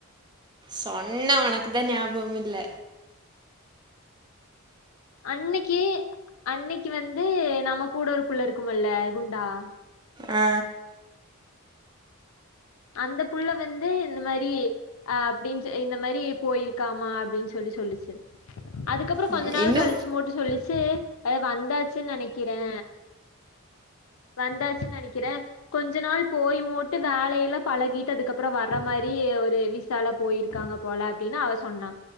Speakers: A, on the right; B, on the left.
A: சொன்ன ஒனக்குதா ஞாபமில்ல
B: அன்னக்கி அன்னக்கி வந்து நம்ம கூட ஒரு புள்ள இருக்குமல்ல குண்டா
A: அ
B: அந்த புள்ள வந்து இந்த மாரி ஆ அப்டின் ச இந்த மாரி போயிருக்காமா அப்டின் சொல்லி சொல்லுச்சு அதுக்கப்ற கொஞ்ச
A: ம்
B: நாள்
A: இன்னு
B: கழிச்சு மட்டு சொல்லிச் சு ஆ வந்தாச்சுன் நெனக்கிறே வந்தாச்சுன் நனக்கிறே கொஞ்ச நாள் போய் மூட்டு வேலயல்லா பழகிட்டு அதுக்கப்றோ வர மாரி ஒரு விசால போயிருக்காங்க போல அப்டின்னு அவ சொன்னா.